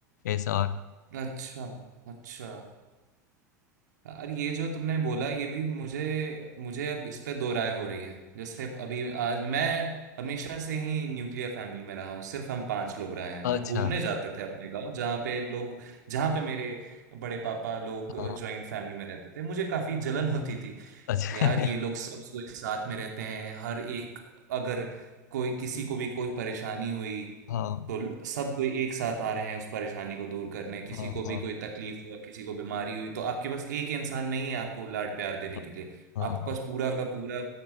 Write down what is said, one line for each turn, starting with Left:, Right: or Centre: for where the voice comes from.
Left: ऐसा
Right: अच्छा अच्छा यार ये जो तुमने बोला ये भी मुझे मुझे अब इस पे दो राय हो रही है जैसे अभी आज मैं हमेशा से ही न्यूक्लियर फैमिली में रहा हूँ सिर्फ हम पांच लोग रहे हैं
Left: अच्छा
Right: हम घूमने जाते थे अपने गांव जहाँ पे लोग जहाँ पे मेरे बड़े पापा लोग
Left: हाँ
Right: जॉइंट फैमिली में रहते थे मुझे काफी जलन होती थी
Left: अच्छा
Right: यार
Left: <laughs>
Right: ये लोग सब कोई साथ में रहते हैं हर एक अगर कोई किसी को भी कोई परेशानी हुई
Left: हाँ
Right: तो ल- सब कोई एक साथ आ रहे हैं उस परेशानी को दूर करने किसी
Left: हाँ
Right: को भी
Left: हाँ
Right: कोई तकलीफ हुआ किसी को बीमारी हुई तो आपके पास एक इंसान नहीं है आपको लाड प्यार देने
Left: हाँ
Right: के लिए आपके
Left: हाँ हाँ,
Right: पास पूरा का पूरा